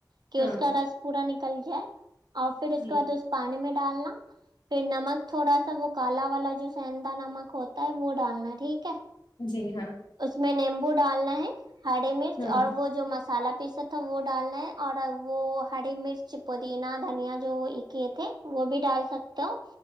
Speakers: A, on the right (about 65°); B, on the left (about 85°).
A: کہ
B: ہاں
A: اس کا رس پورا نکل جائے اور پھر اس
B: جی
A: کا دس پانی میں ڈالنا پھر نمک تھوڑا سا وہ کالا والا جو سندا نمک ہوتا ہے وہ ڈالنا ہے ٹھیک ہے
B: جی ہاں
A: اس میں نیمبو ڈالنا ہے ہری مرچ
B: ہاں
A: اور وہ جو مسالہ پیستا تو وہ ڈالنا ہے اور وہ ہری مرچ پودینہ دھنیا جو کیے تھے وہ بھی ڈال سک تو